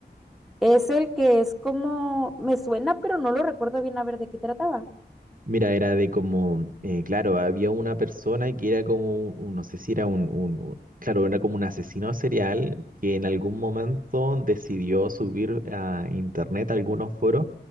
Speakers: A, in the centre; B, on the right.
A: Es el que es como, me suena, pero no lo recuerdo bien a ver de qué trataba.
B: Mira, era de como, eh, claro, había una persona que era como, un- no sé si era un, un- un- claro, era como un asesino serial que en algún momento decidió subir a internet, a algunos foros,